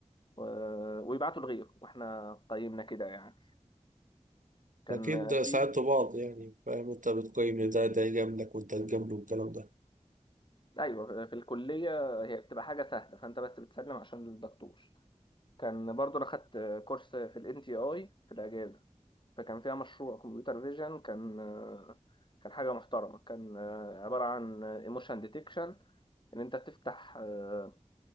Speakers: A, on the left; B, on the right.
A: و- ويبعته لغيره واحنا قيمنا كده يعني كان
B: اكيد
A: في
B: ساعدتوا بعض يعني فاهم انت بتقيم ان ده ده يجاملك وانت تجامله والكلام ده
A: <laughs> ايوه في الكليه هي بتبقى حاجه سهله فانت بس بتسلم عشان الدكتور كان برضو انا خدت كورس في الان تي اي في الاجازه فكان فيها مشروع كمبيوتر فيجن كان آه، كان حاجة محترمة كان آه، عبارة عن ايموشن ديتكشن ان انت تفتح آه،